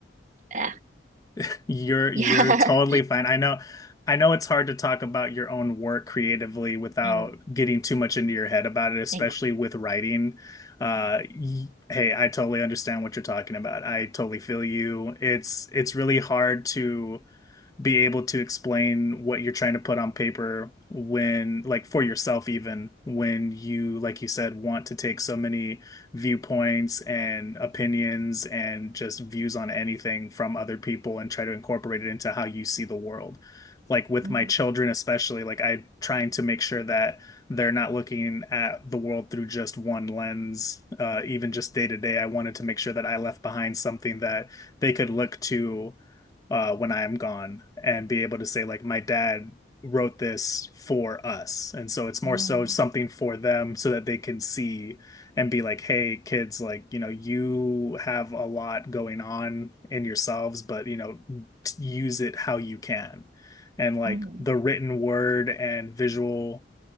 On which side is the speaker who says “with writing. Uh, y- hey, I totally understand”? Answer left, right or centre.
Left